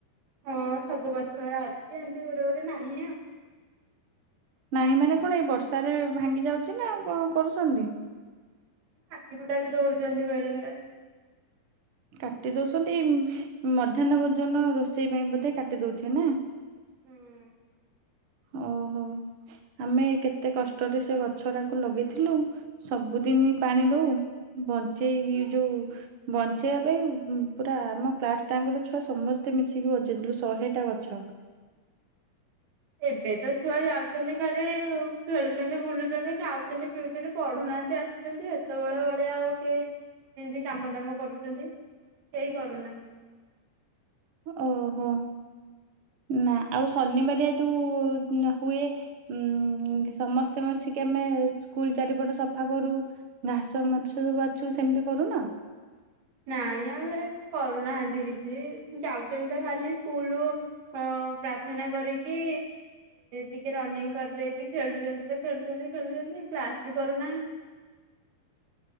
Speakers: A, on the right (about 80°); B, on the right (about 60°).
A: ହଁ ସବୁ ଗଛ ଗଡା ଅଛି ଏମିତି ଗୋଟେ ଗୋଟେ ନାହିଁ ଆଉ
B: ନାହିଁ ମାନେ କଣ ଏଇ ବର୍ଷାରେ ଭାଙ୍ଗି ଯାଉଛି ନା କଣ କରୁଛନ୍ତି
A: ହାଟି କୁଟା ବି ଦଉଛନ୍ତି ବେଳେ ବେଳେ
B: କାଟି ଦଉଛନ୍ତି ଏଇ ମଧ୍ୟାହ୍ନ ଭୋଜନ ରୋଷେଇ ପାଇଁ ବୋଧେ କାଟି ଦଉଥିବେ ନା
A: ହୁଁ
B: ଓହୋ ଆମେ କେତେ କଷ୍ଟରେ ସେ ଗଛ ଟାକୁ ଲଗେଇଥିଲୁ ସବୁଦିନ ପାଣି ଦଉ ବଞ୍ଚେଇ ଯୋଉ ବଞ୍ଚେଇବା ପାଇଁ ପୁରା ଆମ କ୍ଲାସ ଟାଙ୍କର ଛୁଆ ସମସ୍ତେ ମିଶିକି ବଞ୍ଚେଇଥିଲୁ ଶହେ ଟା ଗଛ
A: ଏବେ ତ ଛୁଆ ଯାଉଛନ୍ତି ଖାଲି ଖେଳୁଛନ୍ତି ବୁଲୁଛନ୍ତି ଖାଉଛନ୍ତି ପିଉଛନ୍ତି ପଢୁନାହାନ୍ତି ଆସୁଛନ୍ତି ସେତେବେଳେ ଭଳିଆ ଆଉ ଟେ ଏମତି କାମ ଦାମ କରୁ ସେଇ କରୁନାହାନ୍ତି
B: ଓହୋ ନା ଆଉ ଶନିବାରଆ ଯୋଉ ହୁଏ ଉ ସମସ୍ତେ ବସିକି ଆମେ ସ୍କୁଲ ଚାରିପଟ ସଫା କରୁ ଘାସ ମଛ ସବୁ ଆଛୁ ସେମିତି କରୁନ
A: ନାଇଁ ଆମ ଘରେ କରୁନାହାନ୍ତି କିଛି ଯାଉଛନ୍ତି ତ ଖାଲି ସ୍କୁଲୁ ପ୍ରାର୍ଥନା କରିକି ଟିକେ ରନିଂ କରିଦେଇକି ଖେଳୁଛନ୍ତି ତ ଖେଳୁଛନ୍ତି ଖେଳୁଛନ୍ତି କ୍ଲାସ ବି କରୁନାହାନ୍ତି